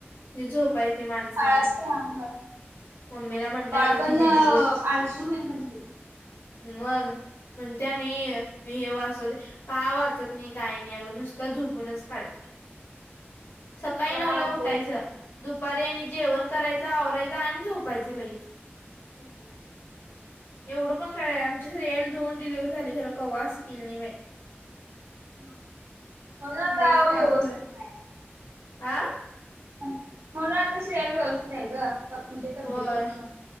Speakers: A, on the left; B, on the right.
A: कि झोपाय ते माणसान
B: काळ असतंय अंग
A: मम्मीला म्हटलं
B: बाळ
A: आता
B: पण
A: ति जी डिलीव्हरी
B: आळशी होईल म्हणतील.
A: मग म्हणतिया नाही मी हे वाचवते का वाचत नाही काय नाही अगं नुसत झोपूनच काढतिया.
B: <inaudible>
A: सकाळी
B: बाळ
A: नऊ
B: आळसट
A: ला उठायचं
B: होईल म्हणाले.
A: दुपारी आणि जेवण
B: हा
A: करायचं आवरायच आणि झोपायचं लगेच.
B: हो का?
A: एवढं पण काय आमची श्रेयाला दोन डिलेव्हरी झाली खरं कावा असं केल नाही बाई.
B: होय म्हणून
A: ती
B: आता
A: लयच नाजूक
B: व्यवस्थित
A: रा,
B: हाय.
A: आ
B: म्हणून आता श्रेया व्यवस्थित आहे ग म्हणजे तब्यतीन
A: होय
B: म्हण.